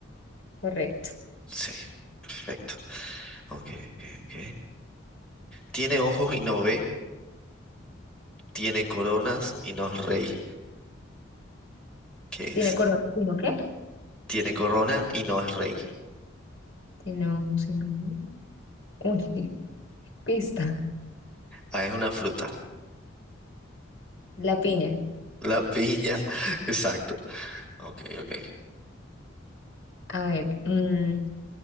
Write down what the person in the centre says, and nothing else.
Sí, perfecto. Ok, ok, ok. Tiene ojos y no ve, tiene coronas y no es rey. ¿Qué
es?
Tiene corona y no es rey.
Ah, es una fruta.
La piña. <laughs> Exacto. Ok, ok.